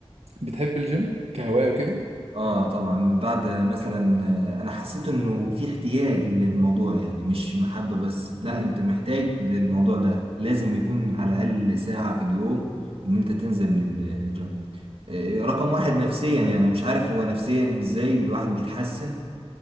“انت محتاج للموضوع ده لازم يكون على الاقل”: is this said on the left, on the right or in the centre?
Right